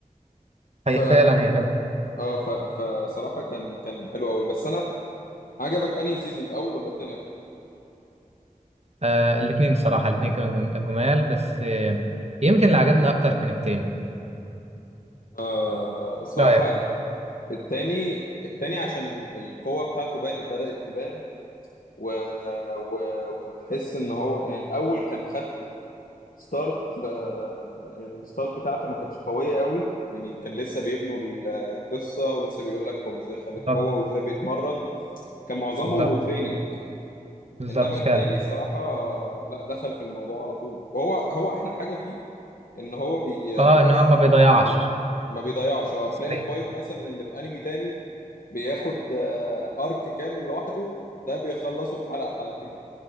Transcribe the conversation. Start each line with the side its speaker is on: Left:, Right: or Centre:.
Left: ف
Right: هي فعلا هي حلوة
Left: اه ف... فصراحه كان كان حلو قوي بس انا عجبك انهي سيزون الاول ولا التاني اكتر
Right: آه الاتنين الصراحة الاتنين كانوا جم- جمال بس آه يمكن اللي عجبني اكتر كان التاني
Left: آه صراحة
Right: رأيك
Left: التاني التاني عشان ال- القوة بتاعته بان بدأت تبان و... و... وتحس ان هو يعني الاول كان خد ستارت آه، يعني الستارت بتاعته ما كانتش قوية قوي يعني كان لسه بيبنوا ال- القصة ولسه بيقول لك هو ازاي خد القوة
Right: بالظبط
Left: وازاي بيتمرن كان معظمه
Right: بالظبط
Left: تريننج
Right: بالظبط
Left: انما
Right: فعلا
Left: التاني صراحة آه، لا دخل في الموضوع على طول وهو هو احلى حاجة فيه ان هو بي...
Right: اه
Left: بيخش
Right: ان هو
Left: في
Right: ما
Left: الموضوع
Right: بيضيعش
Left: على طول ما بيضيعش اه تلاقي
Right: صحيح.
Left: الفايت مثلا اللي في انمي تاني بياخد آه، ارك كامل لوحده ده بيخلصه في حلقه حلقتين